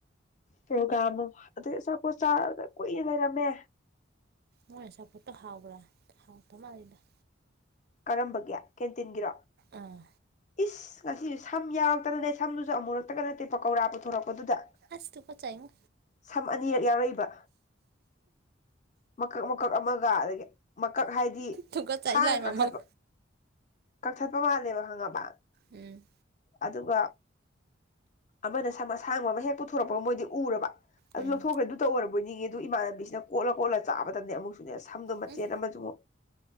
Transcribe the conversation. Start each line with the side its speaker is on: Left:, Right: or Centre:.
Left: ꯄ꯭ꯔꯣꯒꯥ꯭ꯔꯥꯝ ꯑꯃ ꯑꯗꯒꯤ ꯑꯆꯥꯄꯣꯠ ꯆꯗ ꯀꯨꯏꯅ ꯂꯩꯔꯝꯃꯦ
Right: ꯃꯣꯏ ꯁꯄꯣꯠꯇꯣ ꯍꯥꯎꯕ꯭ꯔ ꯍꯥꯎ ꯇꯃ ꯑꯗꯨꯗ
Left: ꯀꯔꯃꯕꯥꯒꯤ ꯀꯦꯟꯇꯤꯟ ꯒꯤꯔꯣ
Right: ꯑꯥ
Left: ꯑꯦꯁ꯭ꯍ ꯉꯁꯤ ꯑꯦꯁ ꯁꯝ ꯌꯥꯎꯛꯇꯅ ꯅꯦ ꯁꯝꯗꯨꯁꯨ ꯑꯃꯨꯨꯔꯛꯇꯒ ꯅꯠꯇꯦ ꯄꯀꯧꯔꯥ ꯄꯨꯊꯣꯔꯛꯄ ꯑꯗꯨꯗꯥ
Right: ꯑꯁ ꯇꯨꯀꯠꯆꯩꯉꯣ
Left: ꯑꯦꯁꯃꯝ ꯑꯅꯤꯔꯛ ꯌꯋꯔꯀꯦꯕꯥ ꯃꯀꯛ ꯃꯀꯛ ꯑꯥꯃꯥ꯫ ꯗꯒꯦ ꯃꯀꯛ ꯍꯥꯏ ꯗꯤ
Right: ꯇꯨꯀꯠꯆꯩ
Left: ꯊꯥꯡ
Right: ꯂꯥꯏ
Left: ꯅꯥ ꯀꯛ꯫
Right: ꯃꯃꯥꯡ
Left: ꯀꯛꯊꯠꯄ ꯀꯛꯊꯠ ꯃꯃꯜꯅꯦꯦꯕ ꯍꯪꯉꯕ
Right: ꯎꯝ
Left: ꯑꯗꯨꯒꯥ ꯑꯥꯃꯥ ꯅꯥ ꯁ꯭ꯝ ꯑꯁꯥꯡꯕꯥ ꯍꯦꯛ ꯄꯨꯊꯣꯛꯔꯀꯄꯒꯥ ꯗ ꯃꯣꯏ ꯗ ꯎꯔꯥꯕꯥ꯫ ꯑꯗꯨ
Right: ꯎꯝ
Left: ꯂꯧꯊꯣꯛꯈ꯭ꯔꯦ ꯑꯗꯨ ꯇꯧꯎꯔꯕ ꯑꯣꯏꯅꯤꯡꯉꯦ ꯑꯗꯨ ꯏꯃꯥꯟꯅꯕꯤꯁꯤꯅ ꯀꯣꯂ ꯀꯣꯠꯂ ꯆꯥꯕꯗꯅꯦ ꯑꯃꯨꯛ ꯑꯗꯨꯅ ꯁꯝꯗꯣ ꯃꯆꯦꯠ
Right: ꯎꯝ
Left: ꯑꯃꯁꯨ ꯑꯃꯨꯛ